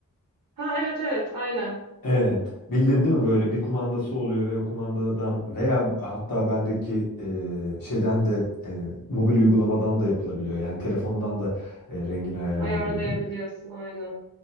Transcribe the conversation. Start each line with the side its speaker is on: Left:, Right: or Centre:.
Right: Ha evet evet aynen.
Left: Evet. Bildin değil mi? Böyle bir kumandası oluyor ve o kumandadan veya hatta bendeki e, şeyden de e, mobil uygulamadan da yapılabiliyor. Yani telefondan da e, rengini ayarlayabiliyorum.
Right: Ayarlayabiliyorsun aynen.